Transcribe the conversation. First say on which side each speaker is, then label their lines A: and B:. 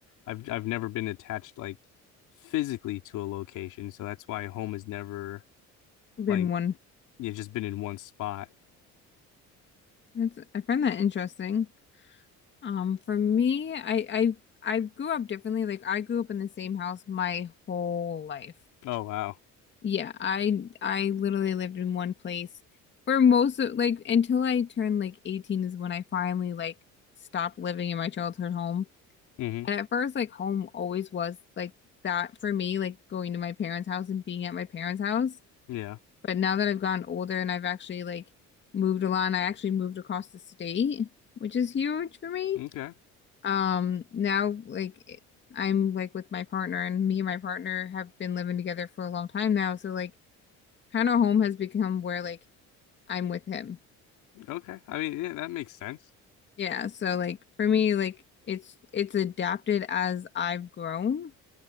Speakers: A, on the left; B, on the left.
A: I've I've never been attached like physically to a location, so that's why home has never
B: Been
A: like
B: one.
A: you just been in one spot.
B: That's, I find that interesting. Um, for me, I, I I grew up differently. Like I grew up in the same house my whole life.
A: Oh wow.
B: Yeah, I I literally lived in one place for most of like until I turned like 18 is when I finally like stopped living in my childhood home.
A: hmm
B: And at first, like home always was like that for me, like going to my parents' house and being at my parents' house.
A: Yeah.
B: But now that I've gotten older and I've actually like moved a lot, and I actually moved across the state, which is huge for me.
A: Okay.
B: Um, now like it- I'm like with my partner, and me and my partner have been living together for a long time now. So like, kind of home has become where like I'm with him.
A: Okay. I mean, yeah, that makes sense.
B: Yeah. So like for me, like it's it's adapted as I've grown.